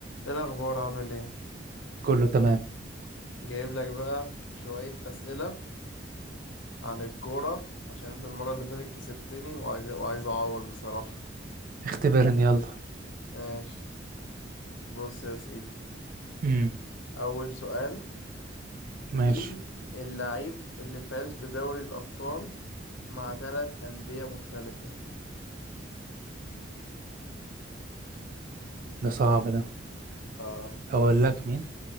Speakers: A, on the left; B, on the right.
A: ايه الاخبار عامل ايه
B: كله تمام
A: جايب لك بقى شوية اسئلة عن الكورة عشان انت المرة اللي فاتت كسبتني وعايز وعايز اعوض بصراحة
B: اختبرني يلا
A: ماشي بص يا سيدي
B: امم
A: اول سؤال مين
B: ماشي
A: اللعيب اللي فاز بدوري الابطال مع ثلاث اندية مختلفة
B: ده صعب ده
A: اه
B: اقول لك مين